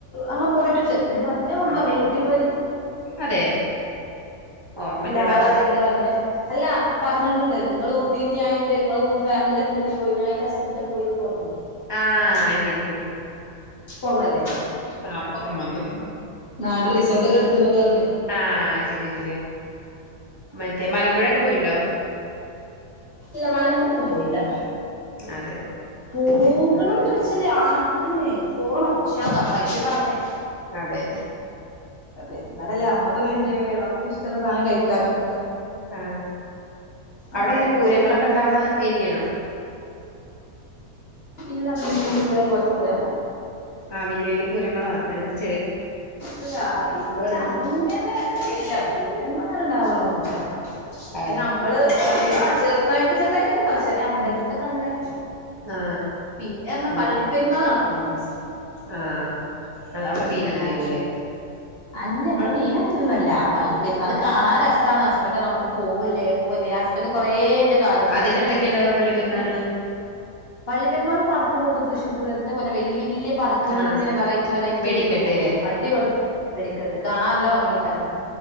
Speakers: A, on the left; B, on the right.
A: ആ പോയിട്ട്ണ്ട് ഞാൻ പറഞ്ഞ് ഞാ ഇങ്ങോട്
B: ആ
A: പറഞ്ഞിലേ ഊട്ടി പോയത്
B: അതെ ഓർമ്മല്ലടാ
A: ഇല്ല ആ റെവിടെങ്കില്വാ പറഞ്ഞ് അല്ല പറഞ്ഞിട്ട് ഇണ്ട് ഇങ്ങള് ഊട്ടി <unintelligible> ഞാ ഇണ്ട് ഇങ്ങളു ഫാമി ലെ കൂട്ടി പോയി ഞാൻ ഇൻ്റെ ഹസ്ബൻഡ് <unintelligible> പോയിന്നൊക്കെ പറഞ്ഞിലേ
B: ആ ശരി ശരി
A: ഇപ്പോർമല്ലേ
B: ആ അപ്പൊ ഓർമ്മ വന്നു
A: ന്നാ ആടെ റിസോർട്ടൊക്കെ ഇടുത്തു ന്നൊക്കെ പറഞ്ഞ്
B: ആ ശരി ശരിയാ മറ്റേ
A: ഓർമ്മ
B: മലമ്പുഴൊക്കെ
A: കിട്ടിയില്ല ഇപ്പൊ
B: പോയിണ്ടോ
A: ഇല്ല മലമ്പുഴെന്നും പോയില്ലാ
B: അതെ
A: പോകണം
B: ആ
A: ന്ന് ചോയ്ച്ചാലേ ആഗ്രഹേ പോവണം ഇൻഷാ അള്ളാ പൈസയെക്കെ ആവട്ടേ
B: അതെ
A: അതെ ഇന്നാലല്ലേ അമ്മക്കൊന്ന് എൻജോയ് ചെയ്യാൻ കയ്യൊള്ളൂ <unintelligible> ക്കിഷ്ടെള്ള സാനം കയ്ക്കാനും
B: ആാ അവടെ
A: അതെ
B: എങ്ങനെ
A: അപ്പൊ
B: പൂരങ്ങളൊക്കെ ഒണ്ടാവണ ഏരിയണോ
A: ഇല്ല തൃശ്ശൂപുരം പോലെത്താ പൂരാം
B: ആ വല്യാ വല്യാ പുരങ്ങളോ അങ്ങനെന്തെ
A: ഇല്ല ഇവടെ
B: ചോയ്ക്കാ
A: അങ്ങനെ ഇല്ല പൂരങ്ങളങ്ങനെ ഒണ്ടാവാറൊന്നുന്നില്ലാ
B: അതെ
A: പിന്നെ നമ്മള് <unintelligible> ചെറ്തായിട്ട് ചെറുതായിട്ടെക്കെണ്ട ചെല അമ്പലത്തിലൊക്കെങ്ങനെ
B: ആ
A: പിന്നേ പറഞ്ഞ
B: ആ
A: പള്ളി പെര്ന്നാൾ കാണാൻ പോയീന്നു ഒരീസം
B: ആ അത് അവിടെ മെയിൻ
A: ഉം
B: അങ്ങനെയാവൂലേ
A: ഞാന് അല്ല ഇവടെ മെയിനങ്ങനൊന്നുല്ല ല്ല പള്ളിപെർന്നാൾ കാണാൻ രസാണ് പിന്നെ നമുക്ക് പോവല്ലേ പോവല്ലേ ഹസ്ബന്റ് കൊറേന്റെ കാലുട്ച്ച
B: അതിനെന്തൊക്കെയുണ്ടാവ
A: അപ്പൊ ഞാ ഐകോട്ടെ പറീം
B: പള്ളി പെരുന്നാളിന്
A: ഇഹ് പള്ളി പെർനാൾന് പടക്കം പൊട്ടും തൃശ്ശൂർ പൂരത്തിന്റെ പോലെ വെല്യേ വെല്യേ പടക്കങ്ങളിങ്ങനെ
B: ആഹ്
A: വെറൈ റ്റി വെറൈറ്റിയായിട്ട്ങ്ങനെ
B: വെടിക്കെട്ട്ല്ലേ
A: പൊട്ടും അടിപൊളിയ വെടി ക്കെട്ട് കാണാൻല്ല ഭംഗിയെകാരം